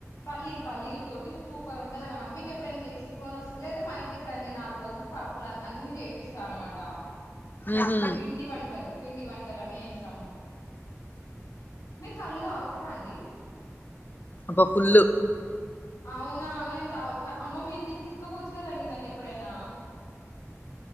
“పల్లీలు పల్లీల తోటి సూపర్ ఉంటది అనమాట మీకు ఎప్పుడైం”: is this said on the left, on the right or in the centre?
Left